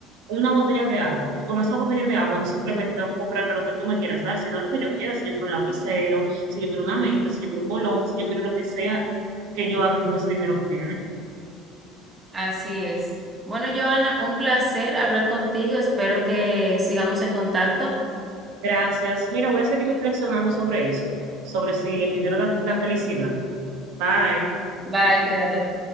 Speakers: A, on the right; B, on the right.
A: una botella de agua y con esa botella de agua no simplemente tengo que comprarme lo que tú me quieras dar, sino lo que yo quiera, si yo quiero un lapicero, si yo quiero una menta, si yo quiero un bolón, si yo quiero lo que sea que yo haga con ese dinero que me gane.
B: Así es. Bueno, Joana, un placer hablar contigo. Espero que sigamos en contacto.
A: Gracias. Mira, voy a seguir reflexionando sobre eso, sobre si el dinero da la felicidad. Bye.
B: Bye, cuídate.